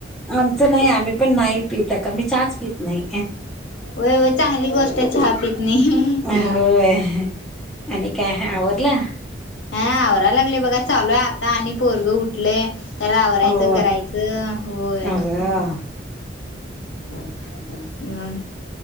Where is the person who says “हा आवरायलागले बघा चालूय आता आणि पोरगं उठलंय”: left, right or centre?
Left